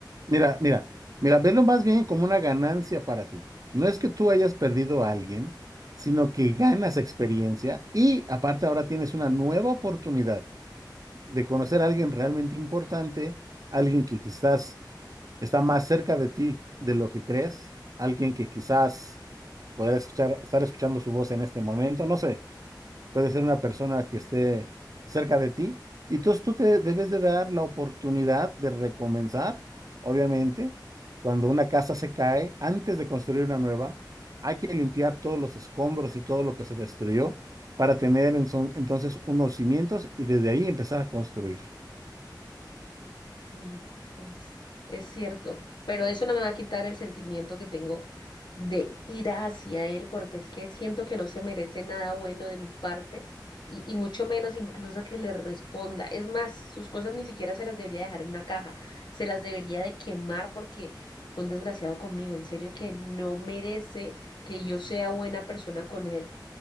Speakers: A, on the right; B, on the left.
A: Mira, mira, mira, velo más bien como una ganancia para ti. No es que tú hayas perdido a alguien, sino que ganas experiencia y aparte ahora tienes una nueva oportunidad de conocer a alguien realmente importante, alguien que quizás está más cerca de ti de lo que crees, alguien que quizás podrá escuchar, estar escuchando su voz en este momento, no sé, puede ser una persona que esté cerca de ti, y entonces tú te debes de dar la oportunidad de recomenzar, obviamente, cuando una casa se cae, antes de construir una nueva, hay que limpiar todos los escombros y todo lo que se destruyó para tener en son- entonces unos cimientos y desde ahí empezar a construir.
B: Mm, Es, es cierto, pero eso no me va a quitar el sentimiento que tengo de ira hacia él, porque es que siento que no se merece nada bueno de mi parte y, y mucho menos incluso que le responda. Es más, sus cosas ni siquiera se las debería dejar en una caja, se las debería de quemar porque fue un desgraciado conmigo. En serio que no merece que yo sea buena persona con él